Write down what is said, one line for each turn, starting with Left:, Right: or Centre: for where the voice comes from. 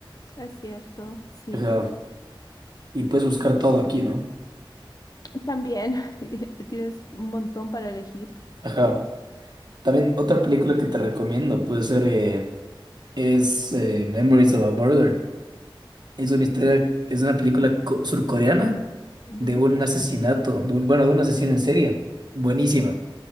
Left: Es cierto, sí.
Right: Ajá. Y puedes buscar todo aquí, ¿no?
Left: También <laughs> tienes un montón para elegir.
Right: Ajá. También otra película que te recomiendo puede ser, eh, es eh, Memories of a Murder. Es una historia, es una película co- surcoreana
Left: Ujú.
Right: de un asesinato, de un- bueno, de un asesino en serie. Buenísima.